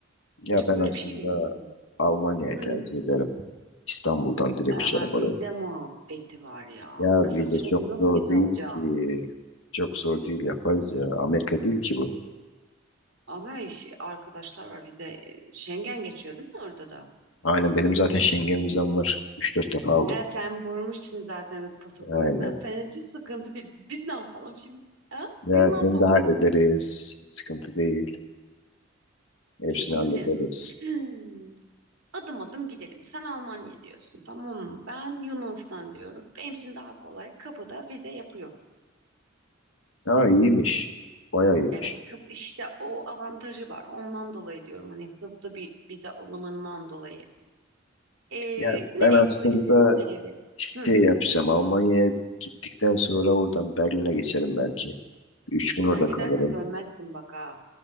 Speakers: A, on the left (about 70°); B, on the right (about 75°).
A: Ya
B: Acaba
A: ben
B: öyle
A: aslında
B: bir şey mi yaptım?
A: Almanya'yı
B: Hı.
A: tercih ederim. İstanbul'dan direkt
B: Ama
A: uçarım
B: vize
A: oraya.
B: muhabbeti var ya.
A: Ya
B: Kısa
A: vize
B: sürede
A: çok
B: nasıl
A: zor
B: vize
A: değil
B: alacağım?
A: ki. Çok zor değil yaparız ya. Amerika değil ki bu.
B: Ama iş- arkadaşlar var vize. e, Schengen geçiyor değil mi orada da?
A: Aynen benim zaten Schengen vizem var. üç dört defa aldım.
B: Yani sen vurmuşsun zaten pasaportuna.
A: Aynen.
B: Senin için sıkıntı değil. Biz ne yapalım şimdi? Ha?
A: Ya
B: Biz ne
A: seni
B: yapalım?
A: de hallederiz. Sıkıntı değil. Hepsini
B: Ya şimdi
A: hallederiz.
B: <clears throat> Adım adım gidelim. Sen Almanya diyorsun, tamam mı? Ben Yunanistan diyorum. Benim için daha kolay. Kapıda vize yapıyor.
A: Ha iyiymiş. Bayağı iyiymiş.
B: Evet, kap işte o avantajı var. Ondan dolayı diyorum hani hızlı bir vize alımından dolayı. Ee,
A: Ya
B: nereye
A: ben aslında
B: gitmek istediğimizi belirledik.
A: şey
B: Hı,
A: yapacağım. Almanya'ya gittikten sonra oradan Berlin'e geçerim belki. 3 gün
B: sen
A: orada kalırım.
B: gidersen dönmezsin bak ha.